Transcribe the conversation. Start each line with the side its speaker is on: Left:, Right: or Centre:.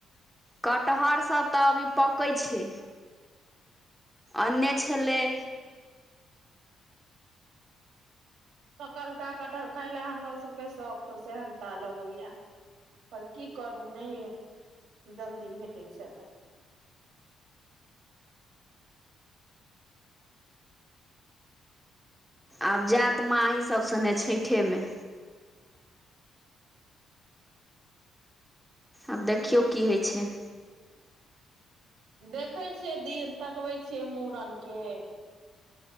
Centre: कटहर सब तऽ अभी पकै छै अन्ने छलैय
Right: पकलका कटहर खाय ल हमरो सबके शौख सहनता लगैया आओर की करू नहि जल्दी भेटै छै अतऽ
Centre: आब जाति माँ आहि सभ सँने छठेमे आब
Right: ह
Centre: देखियौ की होइ छै
Right: देखै छियै दिन तकबै छियै मुड़न के